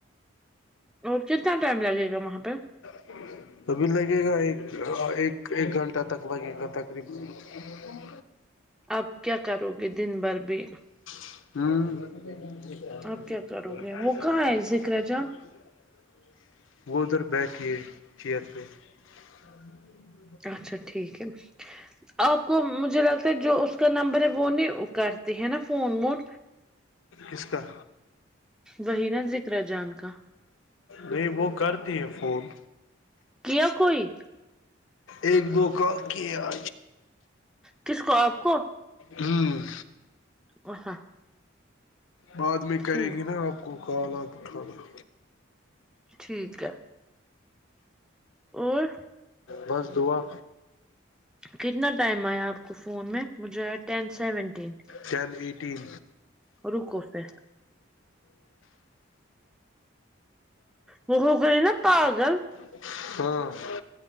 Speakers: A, in the centre; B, on the left.
A: اور کتنا ٹائم لگے گا وہاں پہ
B: <unintelligible>
A: آپ کیا کرو گے دن بھر بھی
B: ہوں
A: آپ کیا کرو گے وہ کہاں ہے ذکر جان
B: <unintelligible>
A: اچھا ٹھیک ہے آپ کو مجھے لگتا ہے جو اس کا نمبر ہے وہ نہیں کر د ہے نا فون مون
B: اسس کار
A: وہی نا ذکر جان کا
B: نہیں وہ کرتی ہے فون
A: کیا کوئی
B: ایک دو کا کی آ
A: کس کو آپ کو
B: ہوں
A: ا ہاں
B: بعد میں
A: ٹھیک
B: کرے گی نا آپ کو کالا آپ اٹھانا
A: ٹھیک ہے اور
B: بس دعا
A: کتنا ٹائم آیا آپ کو فون میں وہ جو ہے ٹین سیونٹین
B: ٹین ایٹین
A: رکو پھر م گی نا پاگل
B: ہاں